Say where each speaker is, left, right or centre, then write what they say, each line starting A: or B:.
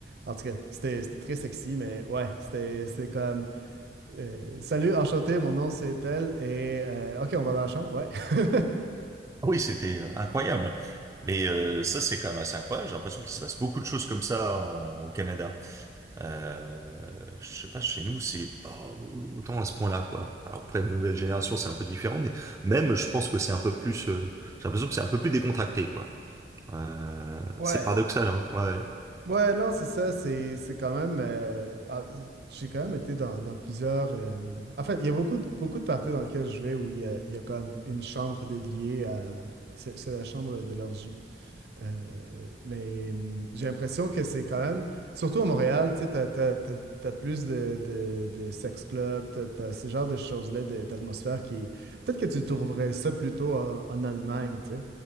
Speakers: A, on the right; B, on the right.
A: en tout cas, c'était c'était très sexy, mais ouais, c'était c'était comme euh, Salut, enchanté, mon nom c'est tel et euh, OK, on va dans la chambre. Ouais. <laughs>
B: Ah Oui, c'était euh, incroyable. Mais euh, ça, c'est quand même assez incroyable. J'ai l'impression qu'il se passe beaucoup de choses comme ça en- au Canada. Euh, je sais pas, chez nous, c'est pas autant à ce point-là, quoi. Alors après, de nouvelle génération, c'est un peu différent, mais même, je pense que c'est un peu plus. euh, j'ai l'impression que c'est un peu plus décontracté, quoi. Euh,
A: Ouais.
B: c'est paradoxal, hein. Ouais.
A: Ouais, non, c'est ça, c'est c'est quand même euh, ah, j'ai quand même été dans, dans plusieurs euh, en fait, il y a beaucoup de, beaucoup de parties dans lesquelles je vais où il y a, il y a comme une chambre dédiée à c'est c'est la chambre de l'orgie. Euh, mais hum, j'ai l'impression que c'est quand même, surtout à Montréal, tu sais, t'as, t'as- t'as- t'as plus de, de, de sex clubs, t'as, t'as ce genre de choses-là, de- d'atmosphère qui... Peut-être que tu trouverais ça plutôt en, en Allemagne, tu sais,